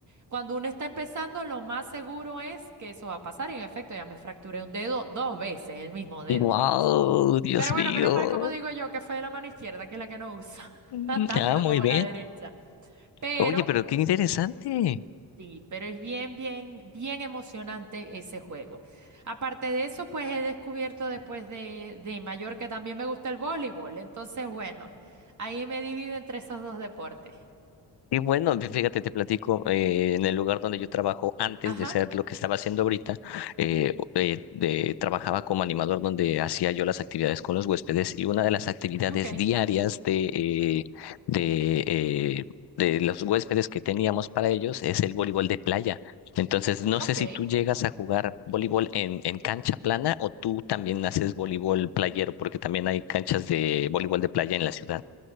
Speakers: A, on the right; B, on the left.
A: Cuando uno está empezando, lo más seguro es que eso va a pasar. Y en efecto, ya me fracturé un dedo dos veces, el mismo dedo.
B: Wow, Dios
A: Pero bueno,
B: mío.
A: menos mal, como digo yo, que fue la mano izquierda, que es la que no usa
B: Mm,
A: <laughs> tanto
B: Ah, muy
A: como
B: bien.
A: la derecha. Pero,
B: Oye, pero qué interesante.
A: sí, pero es bien, bien, bien emocionante ese juego. Aparte de eso, pues he descubierto después de, de mayor que también me gusta el voleibol. Entonces, bueno, ahí me divido entre esos dos deportes.
B: Y bueno, fíjate, te platico, eh, en el lugar donde yo trabajo antes
A: Ajá,
B: de ser lo que estaba haciendo ahorita, eh, eh, de- trabajaba como animador donde hacía yo las actividades con los huéspedes y una de las actividades
A: ok,
B: diarias de, eh, de, eh, de los huéspedes que teníamos para ellos es el voleibol de playa. Entonces, no sé
A: ok.
B: si tú llegas a jugar voleibol en, en cancha plana o tú también haces voleibol playero, porque también hay canchas de voleibol de playa en la ciudad.